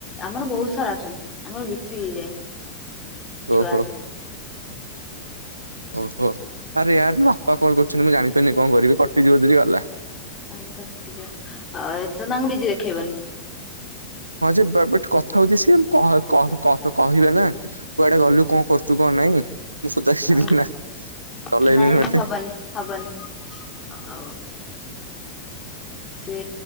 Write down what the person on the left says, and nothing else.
ଆମର ବହୁତ ସାରା ଅଛନ୍ତି, ଆମର ବିକ୍ରି ହେଇଯାଏ। ଛୁଆ
ହେଲେ।
ହଁ କଟିଯିବ ଆଉ ଏ ତ ତାଙ୍କୁ ବିଜି ଦେଖେଇବନି।
ଆଉ
ନାଇଁ
ଏମିତି
ହବନି ହବନି ଆ ସେ